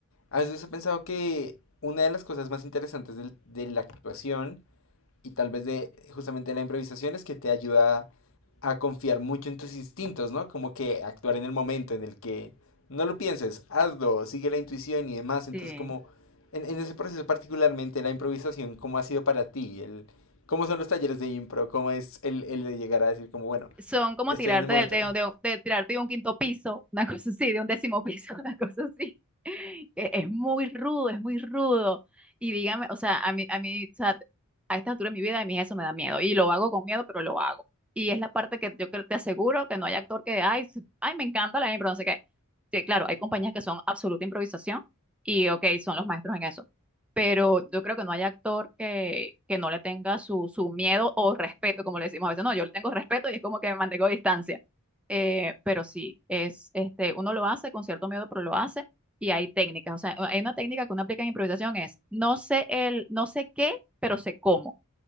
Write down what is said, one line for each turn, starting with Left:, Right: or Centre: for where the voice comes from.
Left: a veces he pensado que una de las cosas más interesantes del- de, la actuación y tal vez de justamente la improvisación es que te ayuda a confiar mucho en tus instintos, ¿no? Como que actuar en el momento en el que no lo pienses, hazlo, sigue la intuición y demás. Entonces,
Centre: Sí,
Left: como en, en ese proceso particularmente la improvisación, ¿cómo ha sido para ti? El, ¿Cómo son los talleres de impro? ¿Cómo es el, el de llegar a decir como, bueno,
Centre: son como
Left: estoy
Centre: tirarte
Left: en el momento?
Centre: de, de- de- de tirarte de un quinto piso, una <laughs> cosa así, de un décimo piso, <laughs> una cosa así. E- Es muy rudo, es muy rudo. Y dígame, o sea, a mí, a mí, o sea, a esta altura de mi vida, a mí eso me da miedo. Y lo hago con miedo, pero lo hago. Y es la parte que yo creo, te aseguro que no hay actor que, ay, s- ay, me encanta la impro, no sé qué. Sí, claro, hay compañías que son absoluta improvisación y, ok, son los maestros en eso pero yo creo que no hay actor que, que no le tenga su, su miedo o respeto, como le decimos a veces. No, yo le tengo respeto y es como que me mantengo a distancia. Eh, pero sí, es, este, uno lo hace con cierto miedo, pero lo hace y hay técnicas. O sea, hay una técnica que uno aplica en improvisación es, no sé el, no sé qué, pero sé cómo.